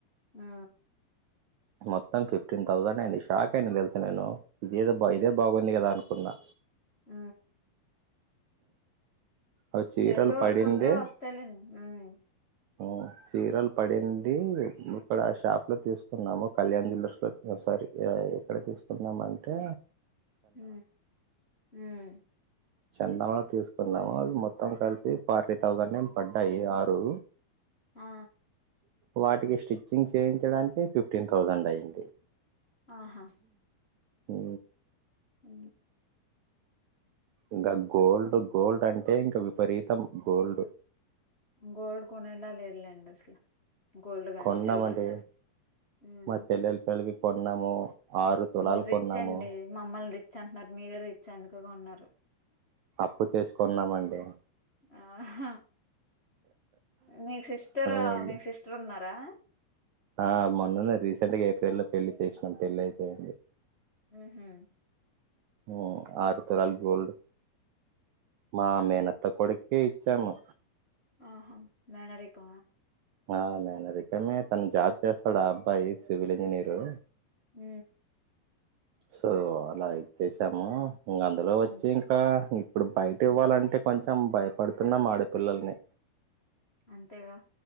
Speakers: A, on the left; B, on the right.
A: ఆ
B: మొత్తం ఫిఫ్టీన్ థౌసండ్ అయింది షాక్ అయినా తెలుసు నేను ఇదేదో బ ఇదే బాగుంది కదా అనుకున్నా
A: ఆ
B: అ చీరలు
A: చేతిలో
B: పడిందే
A: వర్క్ ఉంటే వస్తాయిలేండి మ్మ్
B: ఆ చీరలు పడింది ఇక్కడ షాప్ లో తీసుకున్నాము కళ్యాణ్ జూలర్స్ లో సారి ఏ ఏక్కడ తీసుకుందామంటే
A: హ హ
B: చందంలో తీసుకుందాము అవి మొత్తం కలిసి ఫార్టీ థౌజండ్ ఏం పడ్డాయి ఆరు
A: ఆ
B: వాటికి స్టిచ్చింగ్ చేయించడానికి ఫిఫ్టీన్ థౌజండ్ అయింది
A: ఆహా
B: ఉ
A: ఉ
B: ఇంకా గోల్డ్ గోల్డ్ అంటే ఇంకా విపరీతం గోల్డ్
A: గోల్డ్ కొనేలా లేదు లేండి అసలు గోల్డ్ గాని
B: కొన్నామండి
A: సిల్వర్ గాని ఉమ్
B: మా చెల్లెల పెళ్లికి కొన్నాము ఆరు తులాలు
A: మీరు రిచ్
B: కొన్నాము
A: అండి మా మమ్మల్ని రిచ్ అంటున్నారు మీరే రిచ్ అందుకే కొన్నారు
B: అప్పు చేసి కొన్నామండి
A: ఆహ మీ సిస్టర్ ఆ
B: మళ్ళీ
A: మీ సిస్టర్ ఉన్నారా
B: ఆ మొన్నన్న రీసెంట్ గా ఏప్రిల్ లో పెళ్లి చేసినాం పెళ్లి అయిపోయింది
A: ఆహా
B: ఊ ఆరు తులాలు గోల్డ్ మా మేనత్త కొడుకే ఇచ్చాము
A: ఆహా మేనరికం
B: ఆ మేనరికమే తను జాబ్ చేస్తాడు ఆ అబ్బాయి సివిల్ ఇంజనీరు
A: హ
B: సో అలా ఇచ్చేసాము అందులో వచ్చి
A: ఉమ్
B: ఇంకా ఇప్పుడు బయట ఇవ్వాలంటే కొంచెం భయపడుతున్నాం ఆడపిల్లల్ని
A: అంతేగా